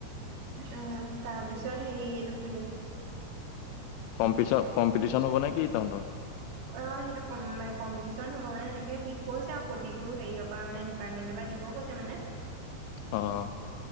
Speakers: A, on the right; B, on the left.
A: অ' তাৰপিছত হেৰি এইটো কি লৈ
B: কমি কম্পিটিচন হ'ব নে কি তহঁতৰ?
A: অ' সেইটো কম্পিটিচন হ'ব মানে এনেকে দিছে প্ৰতিটো হেৰিয়ৰ পৰা মে ডিপাৰ্টমেন্টৰ পৰা দিবও কৈছে মানে।
B: অ'।